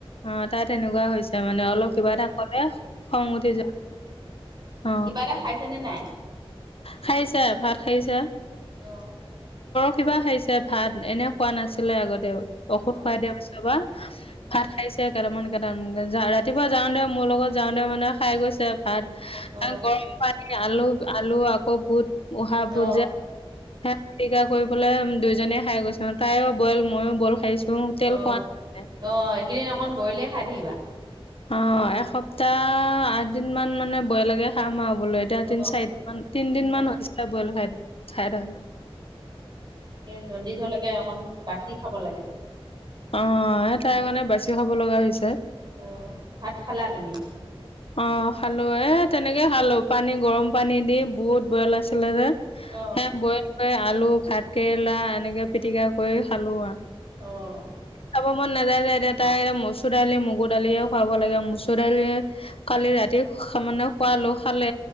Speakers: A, on the left (about 70°); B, on the right (about 45°).
A: অ তাই তেনেকোৱা হৈছে। তাৰমানে অলপ
B: অ
A: কিবা এটা কলে খং উঠি যায় অ।
B: কিবা এটা খাইছেনে নাই
A: খাইছে ভাত খাইছে।
B: অ।
A: কিবা খাইছে ভাত এনেও খোৱা নাছিলে আগতে। ঔষধ
B: অ
A: খুৱাই দিয়া পিছৰ পা
B: উম
A: ভাত খাইছে। কেইটামান কেইটামান ৰাতিপুৱা যাও দে মোৰ লগত যাওতে মানে খাই গৈছে। ভাত
B: অ অ
A: গৰম পানী আলু আলু আকৌ বহুত উহা ভোন
B: অ
A: যে হে পিটিকা কৰি বোলে দুইজনে খাই গৈছো তাইও বইল মইও বইল খাইছো। তেল
B: অ
A: খোৱা নাই
B: অ সেইকেইদিন অকন বইলে খাই থাকিবা।
A: অ এসপ্তাহ আঠ দিন মান মানে বৈলকে খাম আও। বোলো এতিয়া
B: অ
A: তিন চাৰিদিন মান তিনদিন
B: তিনি চাৰি
A: মান হৈছে বইল খাই খাই থকা।
B: এ জণ্ডিছলেকে অকণ বাচি খাব লাগে।
A: অ এ তাই কাৰণে বাচি খাব লগা হৈছে।
B: অ ভাত খালা তুমি
A: অ খালো এ তেনেকে খালো পানী গৰম পানী দি বুত বইল আছিলে যে।
B: অ
A: হে বইল কৰি আলু ভাত কেৰেলা এনেকে পিটিকা কৰি খালো আ।
B: অ',
A: যাব মন। নাযায় যে এতিয়া তাই মচুৰ দালি মগুৰ দালিয়ে খুৱাব লাগে মচুৰ দালি কালি ৰাতি মানে খোৱালো খালে